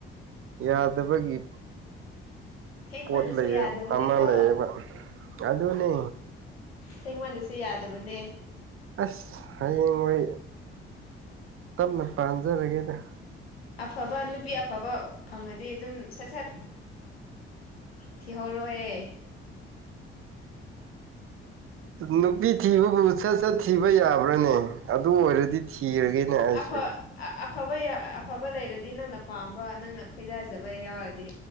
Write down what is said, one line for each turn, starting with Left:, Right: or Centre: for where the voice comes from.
Right: ꯌꯥꯗꯕꯒꯤ
Left: ꯊꯦꯡꯃꯜꯂꯁꯨ
Right: ꯄꯣꯠ ꯂꯩꯑꯦ
Left: ꯌꯥꯗꯕꯅꯦꯀꯣ
Right: ꯑꯃ ꯂꯩꯌꯦꯕ ꯑꯗꯨꯅꯤ
Left: ꯊꯦꯡꯃꯟꯂꯁꯨ ꯌꯥꯗꯕꯅꯦ
Right: ꯑꯁ ꯍꯌꯦꯡ ꯋꯥꯏ ꯇꯞꯅ ꯄꯥꯟꯖꯔꯒꯦꯗ
Left: ꯑꯐꯕ ꯅꯨꯄꯤ ꯑꯐꯕ ꯐꯪꯉꯗꯤ ꯑꯗꯨꯝ ꯁꯠ ꯁꯠ ꯊꯤꯍꯧꯔꯣꯍꯦ
Right: ꯅꯨꯄꯤ ꯊꯤꯕꯕꯨ ꯁꯠ ꯁꯠ ꯊꯤꯕ ꯌꯥꯕ꯭ꯔꯥꯅꯦ ꯑꯗꯨ ꯑꯣꯏꯔꯗꯤ ꯊꯤꯔꯒꯦꯅꯦ
Left: ꯑꯁ
Right: ꯑꯩꯁꯨ꯫
Left: ꯑꯐ ꯑꯐꯕ ꯑꯐꯕ ꯂꯩꯔꯗꯤ ꯅꯪꯅ ꯄꯥꯝꯕ ꯅꯪꯅ ꯈꯣꯏꯗꯖꯕ ꯌꯥꯎꯔꯗꯤ